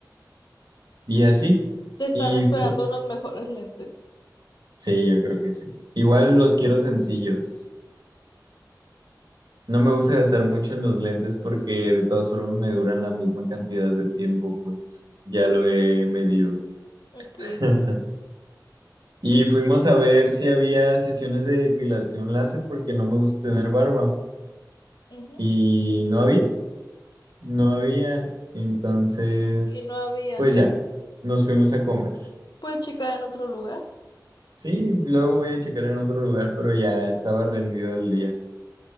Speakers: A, on the right; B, on the left.
A: Y así.
B: Te están
A: Y
B: esperando
A: fu-
B: unos mejores lentes.
A: Sí, yo creo que sí. Igual los quiero sencillos. No me gusta gastar mucho en los lentes porque de todas formas me duran la misma cantidad de tiempo, pues ya lo he medido.
B: Ok.
A: <laughs> Y fuimos a ver si había sesiones de depilación láser porque no me gusta tener barba.
B: ujú,
A: Y no había, no había. Entonces,
B: Y no había.
A: pues ya, nos fuimos a comer.
B: Puedes checar en otro lugar.
A: Sí, luego voy a checar en otro lugar, pero ya estaba rendido el día.